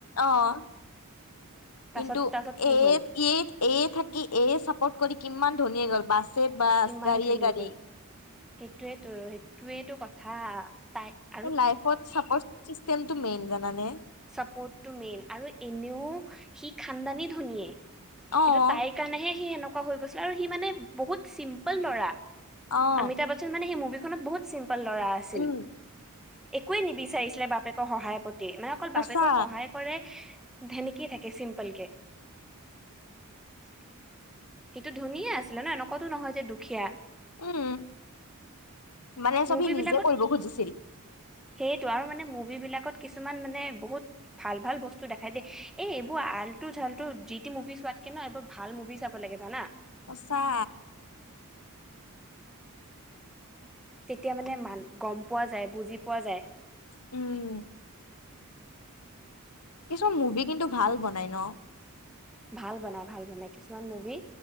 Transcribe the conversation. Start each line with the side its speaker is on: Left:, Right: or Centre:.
Left: অঁ!
Centre: তাৰছত
Left: কিন্তু
Centre: তাৰছত কি
Left: এই
Centre: হ'ল
Left: এই <unintelligible> এয় থাকি এয়ে চাপৰ্ট কৰি কিমান ধনী হৈ গল বাছে বাছ,
Centre: কিমান
Left: গাড়ীয়ে
Centre: ধনী
Left: গাড়ী।
Centre: হ'ল
Left: <inaudible>
Centre: সেইটোৱেতো সেইটোৱেটো কথা তাই <inaudible>
Left: লাইফত চাপৰ্ট চিষ্টেমটো মেইন জানানে? <unintelligible>
Centre: চাপৰ্টটো মেইন আৰু এনেও সি খান্দানী ধনীয়ে
Left: অ
Centre: কিন্তু তাইক <unintelligible> সেই কাৰণেহে সি সনেকুৱা হৈ গৈছে আৰু সি মানে বহুত চিম্পুল ল'ৰা
Left: অ',
Centre: অমিতাভ চন মানে সি মুভিখনত বহুত চিম্পল ল'ৰা আছিল।
Left: উম,
Centre: একোৱে নিবিচাৰিছিলে বাপেকৰ সহায় প্ৰতি মানে অকল
Left: সঁচা
Centre: বাপেকৰ সহায় কৰে ধেনেকি থাকে চিম্পল কে। <inaudible> সেইটো ধুনীয়াে আছিলে ন একুৱতো নহয় যে দুখীয়া।
Left: উম মানে চব
Centre: মুভি
Left: সি নিজে
Centre: বিলাকত
Left: কৰিব খুজিছিল।
Centre: সেইটো আৰু মানে মুভি বিলাকত কিছুমান মানে বহুত ভাল ভাল বস্তু দেখাই দেই এই এইবোৰ আলটু ফালটো যি টি মুভি চোৱাতকে ন এইবোৰ ভাল মুভি চাব লাগে জনা?
Left: সঁচা।
Centre: তেতিয়া মানে মান গম পোৱা যায় বুজি পোৱা যায়।
Left: উম। কিছুমান মুভি কিন্তু ভাল বনাই ন।
Centre: ভাল বনাই ভাল বনাই কিছুমান মুভি